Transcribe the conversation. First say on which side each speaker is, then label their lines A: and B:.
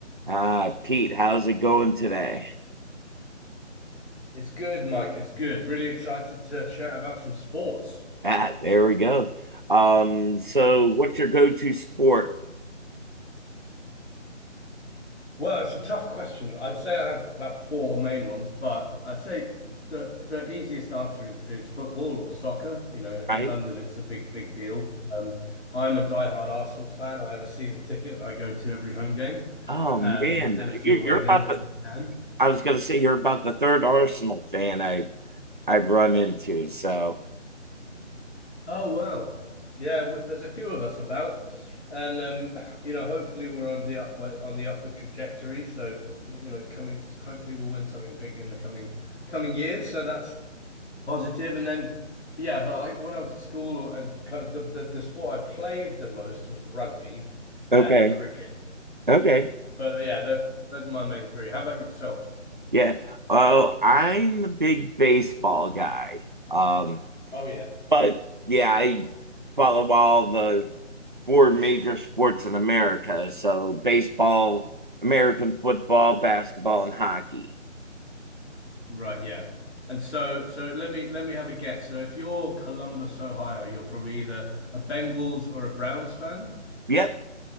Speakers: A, on the right (about 45°); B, on the left (about 60°).
A: Ah, Pete, how's it going today?
B: It's good, Mike. It's good. Really excited to chat about some sports.
A: Ah, there we go. Um, so what's your go-to sport,
B: Well, it's a tough question. I'd say I have about four main ones, but I'd say the the easiest answer is is football or soccer. You know,
A: right?
B: in London, it's a big, big deal. Um, I'm a diehard Arsenal fan. I have a season ticket. I go to every home game,
A: Oh
B: um,
A: man,
B: and a few
A: you're,
B: away
A: you're
B: games
A: about the.
B: when I can.
A: I was gonna say you're about the third Arsenal fan I I've run into. So
B: Oh wow. Yeah, w there's a few of us about, and um, <clears throat> you know, hopefully we're on the upward on the upward trajectory. So, you know, coming hopefully we'll win something big in the coming coming years. So that's positive. And then, yeah, but I, when I was at school uh, and kind of the, the the sport I played the most was rugby and
A: okay,
B: cricket.
A: okay,
B: But uh, yeah, those those are my main three. How about yourself?
A: yeah. Well, I'm a big baseball guy. Um,
B: Oh yeah.
A: but yeah, I follow all the four major sports in America. So baseball, American football, basketball, and hockey.
B: Right, yeah. And so so let me let me have a guess. So if you're Columbus, Ohio, you're probably either a Bengals or a Browns fan.
A: Yep,